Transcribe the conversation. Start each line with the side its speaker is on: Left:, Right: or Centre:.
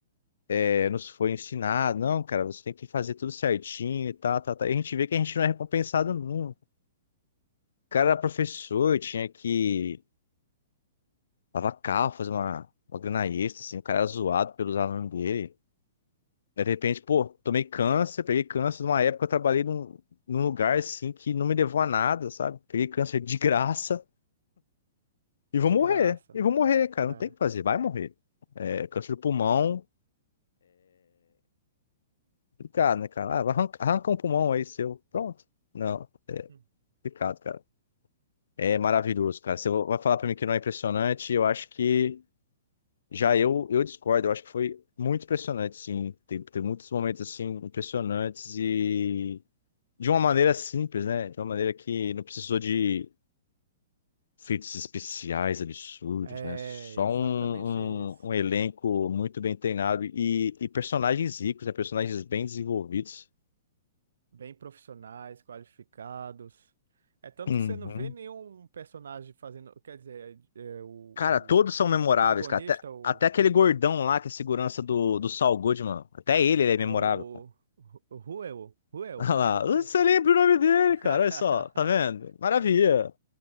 Left: é, nos foi ensinado, não, cara, você tem que fazer tudo certinho e tal, tal, tal. E a gente vê que a gente não é recompensado nunca. O cara era professor, tinha que lavar carro, fazer uma, uma grana extra, assim, o cara era zoado pelos alunos dele. Aí, de repente, pô, tomei câncer, peguei câncer numa época, eu trabalhei num, num lugar, assim, que não me levou a nada, sabe? Peguei câncer de graça e
Right: de
Left: vou morrer,
Right: graça.
Left: e vou morrer, cara,
Right: É.
Left: não tem o que fazer, vai morrer. É, câncer do pulmão, complicado, né, cara? Ah, vai arranca, arranca um pulmão aí seu, pronto. Não,
Right: Hum.
Left: complicado, cara. É maravilhoso, cara. Você vai falar pra mim que não é impressionante, eu acho que já eu, eu discordo. Eu acho que foi muito impressionante, sim. Tem, tem muitos momentos assim impressionantes e de uma maneira simples, né? De uma maneira que não precisou de efeitos especiais absurdos,
Right: É
Left: né? Só
Right: exatamente
Left: um,
Right: isso.
Left: um, um elenco muito bem treinado e, e personagens ricos, né? Personagens bem desenvolvidos.
Right: Bem profissionais, qualificados. É tanto
Left: Uhum.
Right: que você não vê nenhum personagem fazendo. Quer dizer, é, é, o,
Left: Cara, todos
Right: o
Left: são memoráveis,
Right: antagonista,
Left: cara. Até,
Right: o,
Left: até aquele gordão lá que é segurança do, do Saul Goodman. Até ele, ele é memorável,
Right: é o.
Left: cara.
Right: o Ruel,
Left: <laughs>
Right: Ruel,
Left: Olha lá.
Right: alguma coisa
Left: Você
Right: assim.
Left: lembra o nome dele,
Right: <laughs>
Left: cara. Olha só. Tá vendo? Maravilha.